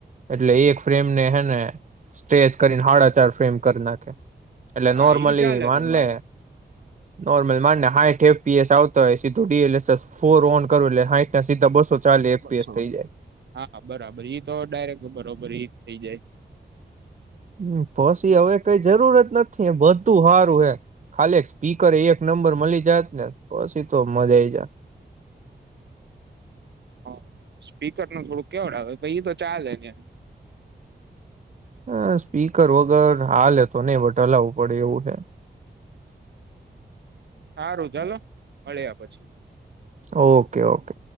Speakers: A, on the right; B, on the right.
A: એટલે એક ફ્રેમને હેને સ્ટ્રેચ કરી સાડા ચાર ફેમ કર નાખયા એટલે
B: હા
A: નોર્મલી
B: ઈ ચાલે
A: માનલે
B: તમારે
A: નોર્મલી માન હાઈટ એફપીએસ આવતા હોય સીધું ડીએલસ ફોર ઓન કરો એટલે હાઈટ ના સીધા બસો ચાલી એફપીએસ
B: છો
A: થઈ જાય.
B: હા બરાબર ઈ તો ડાયરેક્ટ બરોબર ઈ થઈ જાય
A: હમ પછી હવે કઈ જરૂરત નથી બધું સારું હે ખાલી સ્પીકર એક નંબર મળી જત ને પછી તો મજા આવી જાત
B: હ સ્પીકરનું થોડું કેવડ આવે પણ ઈ તો ચાલે ને
A: હા સ્પીકર વગર હાલે તો નહીં બટ લાવવું પડે એવું હે
B: સારું ચાલો મળ્યા પછી
A: ઓકે ઓકે